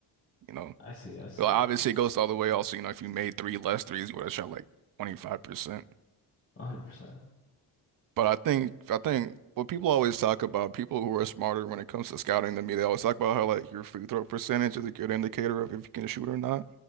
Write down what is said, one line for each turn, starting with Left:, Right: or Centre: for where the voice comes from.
Right: you know.
Left: I see. I see.
Right: But obviously, it goes the other way. Also, you know, if you made three less threes, you would have shot like 25%.
Left: 100%.
Right: But I think, I think what people always talk about, people who are smarter when it comes to scouting than me, they always talk about how like your free throw percentage is a good indicator of if you can shoot or not.